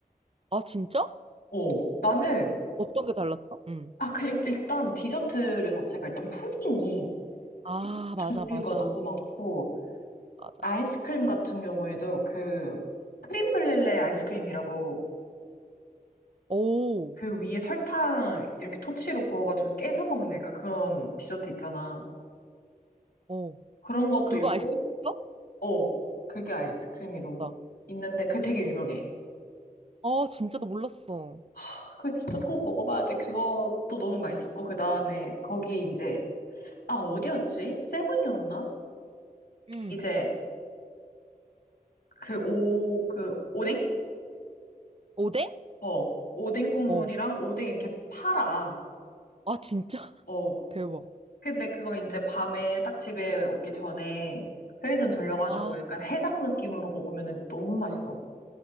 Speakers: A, on the right (about 40°); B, on the left (about 80°).
A: 아, 진짜?
B: 어, 나는,
A: 어떤 게 달랐어? 응.
B: 아, 그, 일- 일단 디저트류 자체가 일단 푸딩이
A: 아,
B: 종류가
A: 맞아, 맞아,
B: 너무 많고,
A: 맞아.
B: 아이스크림 같은 경우에도 그, 크림 블렐레 아이스크림이라고
A: 오,
B: 그 위에 설탕 이렇게 토치로 구워가지고 깨서 먹는 약간 그런 디저트 있잖아.
A: 어.
B: 그런 것도
A: 그거
B: 있고,
A: 아이스크림 있어?
B: 어, 그게 아이스크림으로
A: 아,
B: 있는데 그게 되게 유명해.
A: 아, 진짜 나 몰랐어.
B: 아, 그거 진짜 꼭 먹어봐야 돼. 그것도 너무 맛있었고, 그 다음에 거기 이제, 아, 어디였지? 세븐이었나?
A: 응.
B: 이제 그 오, 그 오뎅?
A: 오뎅?
B: 어, 오뎅 국물이랑
A: 어.
B: 오뎅 이렇게 팔아.
A: 아, 진짜? <laughs>
B: 어.
A: 대박.
B: 근데 그거 이제 밤에 딱 집에 오기 전에 편의점 돌려가지고
A: 아,
B: 약간 해장 느낌으로 먹으면 너무 맛있어.